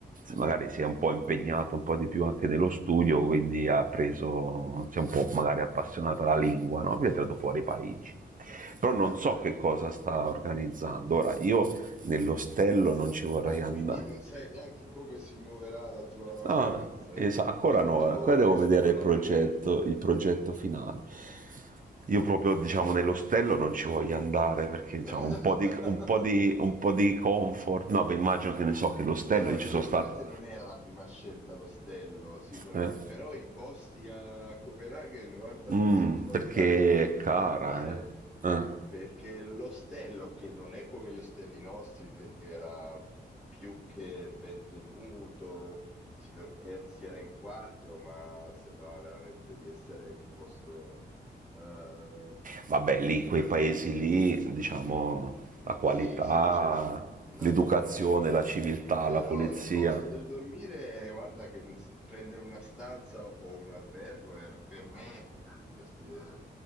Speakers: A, on the right (about 50°); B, in the centre.
A: magari si è un po' impegnato un po' di più anche nello studio, quindi ha preso, si è un po' magari appassionato alla lingua, no? quindi ha tirato fuori Parigi. Però non
B: Ah
A: so
B: dai,
A: che cosa
B: ah dai.
A: sta organizzando. Ora, io nell'ostello non ci vorrei
B: Ah,
A: andare.
B: quindi non sai neanche come si muoverà la tua vacanza.
A: No,
B: È
A: esatto,
B: è
A: ancora
B: tutto
A: no, ancora devo
B: gestito
A: vedere
B: da
A: il progetto,
B: lui.
A: il progetto finale. Io proprio, diciamo, nell'ostello non ci voglio andare perché, diciamo,
B: <laughs>
A: un po' di, un po' di, un po' di comfort. No, beh, immagino che ne so che l'ostello
B: No,
A: io
B: effettivamente
A: ci sono stato.
B: non era la prima scelta l'ostello, sicuramente,
A: eh.
B: però i costi a Copenaghen, guarda, non
A: Mm,
B: sottovalutare
A: perché
B: il costo del
A: è cara,
B: dormire,
A: eh. Eh.
B: perché l'ostello, che non è come gli ostelli nostri, perché era più che ben tenuto, si, dor- eh, si era in quattro, ma sembrava veramente di essere in un posto eh,
A: Vabbè, lì,
B: super
A: quei paesi
B: pulito.
A: lì, diciamo, la qualità,
B: Sì, sì, c'è tut un'altra
A: l'educazione,
B: gestione.
A: la civiltà,
B: Però
A: la polizia.
B: il costo del dormire, guarda che non s- prendere una stanza o un albergo era per me, per il mio stile